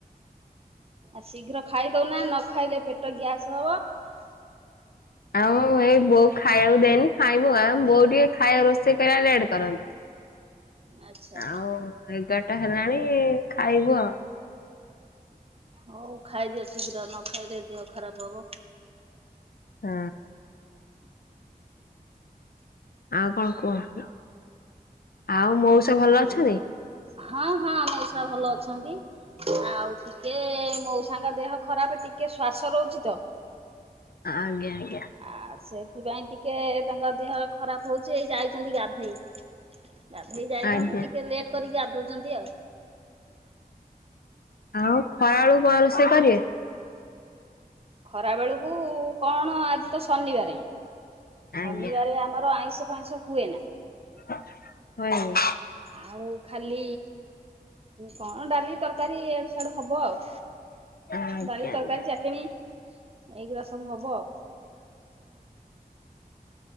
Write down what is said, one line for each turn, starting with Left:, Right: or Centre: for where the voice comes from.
Right: ଆ ଶୀଘ୍ର ଖାଇଦଉନା ନ ଖାଇଲେ ପେଟ ଗ୍ୟାସ୍ ହବ।
Left: ଆଉ ଏଇ ବୋଉ ଖାଇବାକୁ ଦେଇନି। ଖାଇବ ଆ ବୋଉ ଟିକେ ଖାଇବା ରୋଷେଇ କରିବାକୁ ଲେଟ କରନ୍ତି।
Right: ଆଚ୍ଛା
Left: ଆଉ ଏଗାରଟା ହେଲାଣି ଏ ଖାଇବୁ ଆ
Right: ହଉ ଖାଇଦିଅ ଶୀଘ୍ର ନ ଖାଇଲେ ଦେହ ଖରାପ ହବ
Left: ହୁଁ ଆଉ କଣ କୁହ ଆଉ ମଉସା ଭଲ ଅଛନ୍ତି
Right: ହଁ ହଁ ମଉଶ୍ ଭଲ ଅଛନ୍ତି ଆଉ ଟିକେଏ ମଉସାଙ୍କ ଦେହ ଖରାପ ଟିକେ ଶ୍ଵାସ ରହୁଛି ତ
Left: ଆଜ୍ଞା ଆଜ୍ଞା
Right: ଆ ସେଥିପାଇଁ ଟିକେ ତାଙ୍କ ଦେହ ଖରାପ ହଉଛି ଏଇ ଯାଇ ଯାଇଛନ୍ତି ଗାଧୋଇ ଗାଧେଇ ଯାଇଛନ୍ତି
Left: ଆଜ୍ଞା।
Right: ଟିକେ ଲେଟ୍ କରିକି ଗାଧଉଛନ୍ତି ଆଉ
Left: ଆଉ ଖରାଳୁ କୁ କଣ ରୋଷେଇ କରିବେ
Right: ଖରା ବେଳକୁ କଣ ଆଜି ତ ଶନିବାରେ
Left: ଆଜ୍ଞା।
Right: ଶନିବାରେ ଆମର ଆଇଁଷ ଆଇଁସ ହୁଏ ନା
Left: ଆଛା ହୋଏ ନି
Right: ଆଉ ଖାଲି କଣ ଡାଲି ତରକାରୀ ଇଆଡୁ ସିଆଡୁ ହବ ଆଉ
Left: ଆଜ୍ଞା
Right: ଡାଲି ତରକାରୀ
Left: ଆଜ୍ଞା
Right: ଚଟିନି୍ ଏଇଗୁଡା ସବୁ ହବ ଆଉ